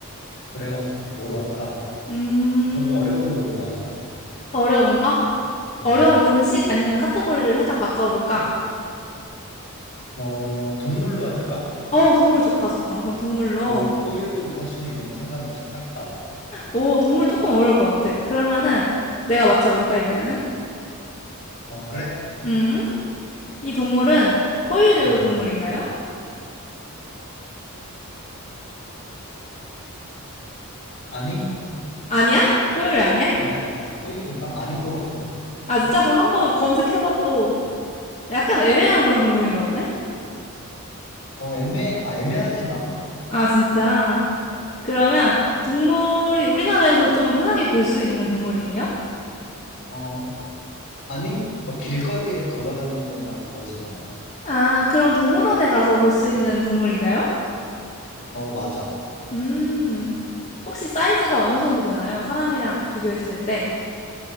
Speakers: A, on the left (about 55°); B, on the left (about 30°).
A: 그래, 어, 뭐로 할까?
B: 음
A: 좀 어려운 걸로 하자.
B: 어려운 거?
A: 음.
B: 어려운 음식 아니면 카테고리를 살짝 바꿔볼까?
A: 어, 동물로 할까?
B: 어 동물 좋다 좋다 그럼 동물로
A: 뭐, 포유류, 파충류 이런 거 상관없이 싹 다.
B: 오 동물 조금 어려울 것 같아 그러면은 내가 맞춰볼까 이번에는?
A: 어, 그래?
B: 음이 동물은 포유류
A: 음.
B: 동물인가요?
A: 아니?
B: 아니야? 포유류 아니야?
A: 어, 아, 포유류인가? 아닌 것 같은데?
B: 아 진짜 그럼 한번 검색해봐도 약간 애매한 그런 동물인가 보네?
A: 어, 애매, 아, 애매하진 않아.
B: 아 진짜 그러면 동물이 우리나라에서 좀 흔하게 볼 수 있는 동물이에요?
A: 어, 아니, 막 길거리에 돌아다니거나 그러진 않아.
B: 아, 그럼 동물원에 가서 볼 수 있는 동물인가요?
A: 어, 맞아.
B: 음, 혹시 사이즈가 어느 정도 되나요? 사람이랑 비교했을 때.